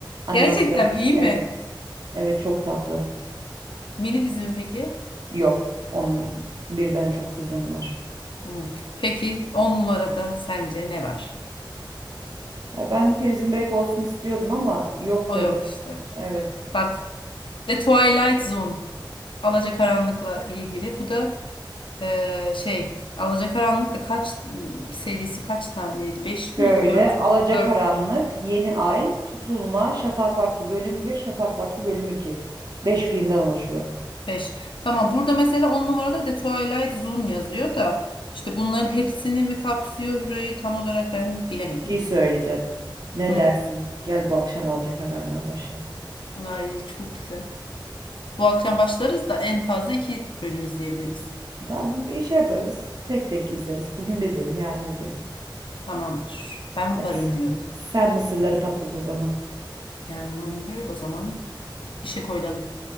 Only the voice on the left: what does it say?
Gerçekten iyi
mi?
Mini dizi mi peki?
Hmm. Peki 10 numarada sence ne var?
O
yok işte.
Bak The Twilight Zone. Alacakaranlık'la ilgili. Bu da eee şey Alacakaranlık da kaç serisi kaç taneydi? beş miydi?
4
dört
beş Tamam burada mesela 10 numarada The Twilight Zone yazıyor da işte bunların hepsini mi kapsıyor burayı tam olarak ben bilemedim.
Hı.
Ay çok güzel. Bu akşam başlarız da en fazla iki bölüm izleyebiliriz.
Tamamdır. Ben
varım diyorum.
Tamamdır. O zaman işe koyulalım.